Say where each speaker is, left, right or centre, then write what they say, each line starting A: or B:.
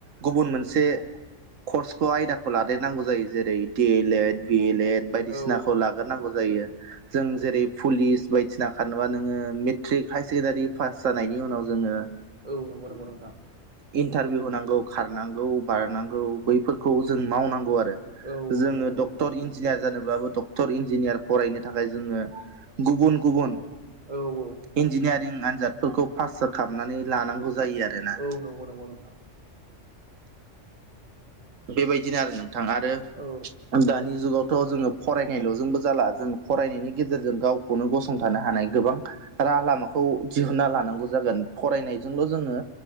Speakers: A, on the right; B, on the right.
A: गुबुन मोनसे कर्सखौ आयदाखौ लादेरनांगौ जायो जेरै D El Ed B El Ed बायदिसिनाखौ
B: औ
A: लाग्रोनांगौ जायो जों जेरै पुलिस बायदिसिना खारबा नोङो मेट्रिक हायार सेकेण्डारि पास जानायनि उनाव जोङो
B: औ नंगौ नंगौ नोंथां।
A: इन्टारभिउ होनांगौ खारनांगौ बारनांगौ बैफोरखौ जों मावनांगौ आरो
B: औ। औ
A: जोङो
B: नंगौ नंगौ
A: डक्टर
B: नोंथां
A: इन्जिनियार जानोब्लाबो डक्टर इन्जिनियार फरायनो थाखाय जोङो गुबुन गुबुन
B: औ औ
A: इन्जिनियारिं आनजादफोरखौ पास खालामनानै लानांगौ जायो आरो ना
B: औ नंगौ नंगौ नोंथां
A: बेबायदिनो आरो नोंथाङा आरो
B: औ
A: दानि जुगावथ' जोङो फरायनायल'जोंबो जाला जों फरायनायनि गेजेरजों गाव खौनो गसंथानो हानाय गोबां राहा लामाखौ दिहुनना लानांगौ जागोन फरायनायजोंल' जोङो